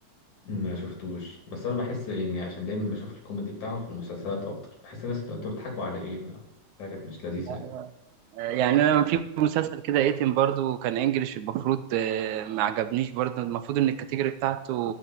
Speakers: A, on the left; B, on the right.
A: ما شفتوش بس أنا بحس يعني عشان دايما بشوف الكوميدي بتاعهم في المسلسلات أكتر بحس الناس اللي انتوا بتضحكوا على إيه ما- حاجة مش لذيذة
B: لا،
A: يعني
B: يعني انا في مسلسل كده ايتم برضو كان انجليش المفروض آه، ما عجبنيش برضو المفروض ان الكاتيجوري بتاعته